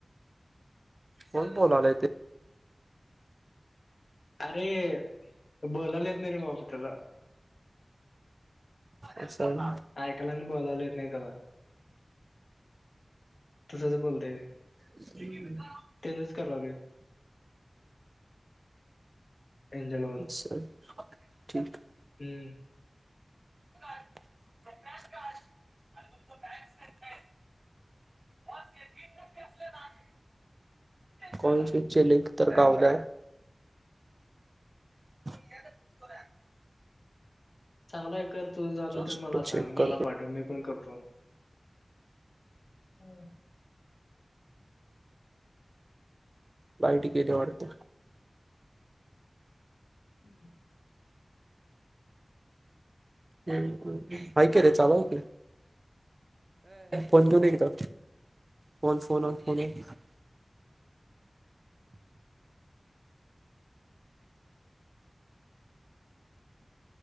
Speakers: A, on the right (about 45°); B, on the left (about 70°).
A: कोण बोलायलय ते?
B: अरे, बोलायला येत नाही रे बाबा त्याला.
A: असंय वय!
B: ऐकाला आणि बोलायला येत नाही त्याला. तसंच बोलतंय ते.
A: हम्म्म हम्म.
B: त्यजच करालोय. एंजल वन
A: चल ठीक ये.
B: हम्म.
A: <unintelligible> ब <unintelligible> कोणशी चि लिंक तर घावल्या <inaudible>
B: चांगलाय कर झालं
A: जस्ट
B: तर मला
A: चेक
B: सांग मला
A: करतो
B: पाठव मी पण करतो हं
A: लाईट गेली वाडत
B: <inaudible>
A: हाइ कि रे चालुए की प एकदा फोन फोन आन इकड